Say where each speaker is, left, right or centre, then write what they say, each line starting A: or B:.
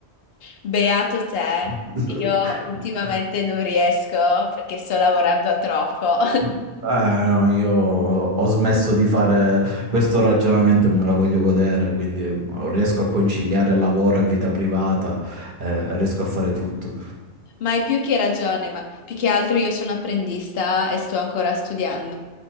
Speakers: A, on the left; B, on the right.
A: Beato te,
B: <laughs>
A: io ultimamente non riesco perché sto lavorando a troppo. <laughs>
B: Eh, no, io ho smesso di fare questo ragionamento e me la voglio godere, quindi riesco a conciliare lavoro e vita privata, eh, riesco a fare tutto.
A: Ma hai più che ragione, ma più che altro io sono apprendista e sto ancora studiando.